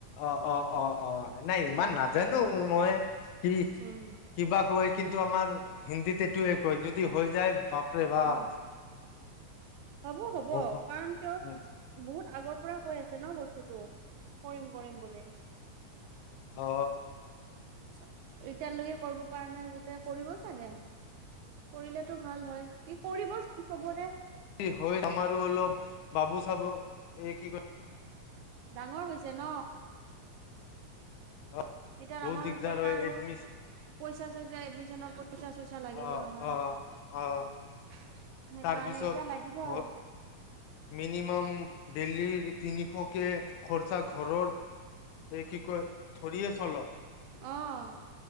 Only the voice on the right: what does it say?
উম
উম
উম হব হব
কাৰণ কিয়
বহুত আগত পুৰা কৈ আছে ন বস্তুতটো কৰিম কৰিম বুলি
এতিয়াৰলৈকে কৰিব পৰা নাই যেতিয়া কৰিব চাগে কৰিলেতো ভাল হয় কি কৰিব চাম চবৰে
ডাঙৰ হৈছে ন
এতিয়া
ডাঙৰ
হৈছে
তাৰো
পইচা চইচা এডমিচনৰ পইচা চইচা লাগিব
নহয়
সেইকাৰণে
এইতিয়া লাগিব
আৰু
আহ আহ